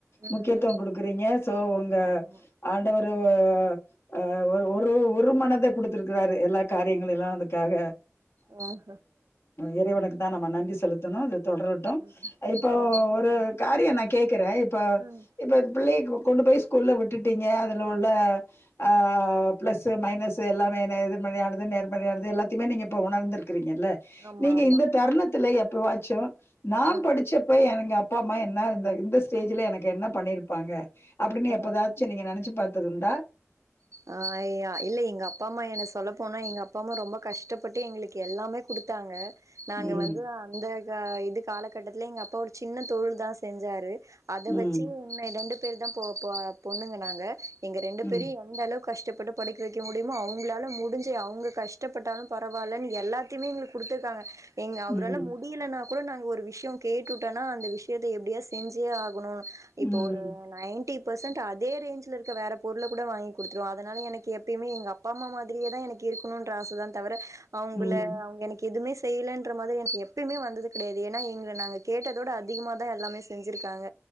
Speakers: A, on the right; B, on the left.
A: ம்
B: முக்கியத்துவோ குடுக்குறீங்க சோ உங்க
A: ஆமா
B: ஆண்டவரு அ ஒரு ஒரு ஒரு மனத குடுத்திருக்குறாரு எல்லா காரியங்களிலு அதுக்காக
A: ஆ ஹ
B: இறைவனுக்கு தா நம்ம நன்றி செலுத்தணு தொடரட்டு
A: ம்
B: இப்போ
A: ம்
B: ஒரு காரியோ நா கேக்கற இப்ப
A: ம்
B: இப்போ பிள்ளைய கொண்டு போய் ஸ்கூல்ல விட்டுட்டீங்க அதுல உள்ள ஆ ப்ளஸ்ஸு மைனஸ்ஸு எல்லாமே எதிர்மரையானது நேர்மையானது எல்லாத்தையுமே நீங்க இப்போ உணர்ந்துக்குறீங்க இல்ல
A: ஆமா
B: நீங்க
A: ஆமா
B: இந்த தருணத்துல எப்ப வாச்சோ நா
A: ஆ
B: படிச்சப்ப எங்க அப் அப்பா அம்மா என்ன இந்த இந்த ஸ்டேஜ்ல எனக்கு என்ன பண்ணிருப்பாங்க அப்டின்னு எப்பதாது
A: ஆ
B: சரி நீங்க நெனச்சு பாத்ததுண்டா
A: அ ஐயா இல்ல எங்க அப்பா அம்மா என்ன சொல்லப்போனா எங்க அப்பா அம்மா ரொம்ப கஷ்டப்பட்டு எங்களுக்கு எல்லாமே குடுத்தாங்க நாங்க
B: ம்
A: வந்து அந்த இது காலகட்டத்துல எங்க அப்பா ஒரு சின்ன தொழில் தா செஞ்சாரு அத
B: ம்
A: வச்சு ரெண்டு பேர் தா போ பொண்ணுங்க நாங்க எங்க ரெண்டு
B: ம்
A: பேரையு எந்த அளவு கஷ்டப்பட்டு படிக்க வைக்க முடியுமோ அவங்களால முடிஞ்சு அவங்க கஷ்டப்பட்டாலு பரவாயில்லன்னு எல்லாத்த எல்லாத்திமே எங்களுக்கு குடுத்துருக்காங்க எங்க அவரால
B: ம்
A: முடிஞ் முடியலனா கூட நாங்க ஒரு விஷ்ய கேட்டுட்டோன்னா அந்த விஷ்யத்த எப்டியா செஞ்சே ஆகணு இப்ப
B: ம்
A: ஒரு நைன்டி பெர்சன்ட் அதே ரேஞ்ச்ல இருக்க வேற பொருள கூட வாங் குடுத்துரு அதனால எனக்கு எப்பயுமே எங்க அப்பா அம்மா மாதிரியே தா எனக்கு இருக்கணுன்ற ஆச தா தவற அவுங்கல
B: ம்
A: அவங்க எனக்கு எதுமே செய்யலன்ற மாதிரி எனக்கு எப்பயுமே வந்தது கிடையாது ஏன்னா எங்கள நாங்க கேட்டதோட அதிகமா தா எல்லாமே செஞ்சிருக்காங்க